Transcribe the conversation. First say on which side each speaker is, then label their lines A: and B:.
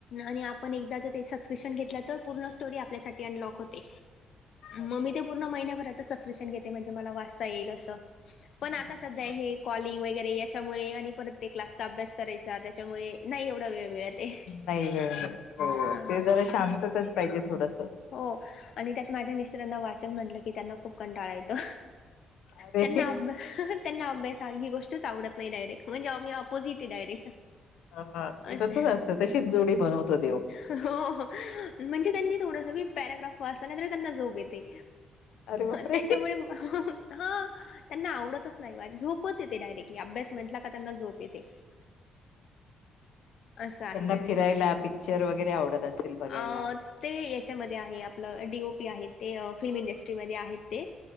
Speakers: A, on the left (about 60°); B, on the left (about 85°).
A: आणि आपण एकदा जर सबस्क्रिप्शन घेतलं तर पूर्ण स्टोरी आपल्यासाठी अनलॉक होते.
B: अच्छा.
A: मग्मी ते पूर्ण महिन्याभराच सबस्क्रिपशन घेते म्हणजे मला वाचता येईल असं पण
B: हा
A: आता
B: हा.
A: सध्या काय हे कॉलिंग वगैरे याच्यामुळे आणि परत ते क्लासचा अभ्यास करायचा त्याच्यामुळे नाही एवढा वेळ मिळत आहे.
B: नाही ग हो हो
A: हा
B: ते
A: हा.
B: जरा शांततच पाहिजे थोडसं
A: हो आणि त्यात माझ्या मिस स्टरांना वाचन म्हटलं की त्यांना खूप कंटाळा येतो
B: अरे
A: त्यांना अभ्या त्यांना अभ्यास हा ही गोष्टच आवडत नाही डायरेक्ट म्हणजे आम्ही आपोजिट आहे डायरे
B: ह ते
A: ह
B: तसच असतं तशीच जोडी बनवतो देव
A: हो म्हणजे त्यांनी थोड मी पॅराग्राफ वाचला नाही तरी त्यांना झोप येते
B: अरे बापरे.
A: त्याच्यामुळे हा त्यांना आवडतच नाही झोपच येते डायरेक्टली अभ्यास म्हटला का त्यांना झोप येते. असं आहे
B: त्यांना
A: त्यांचं.
B: फिरायला, पिकच्चर वगैरे आवडत असेल बघायला.
A: अ ते याच्यामध्ये आहे आपलं डी ओ पी आहेत ते फिल्म इंडस्ट्रीमध्ये आहेत ते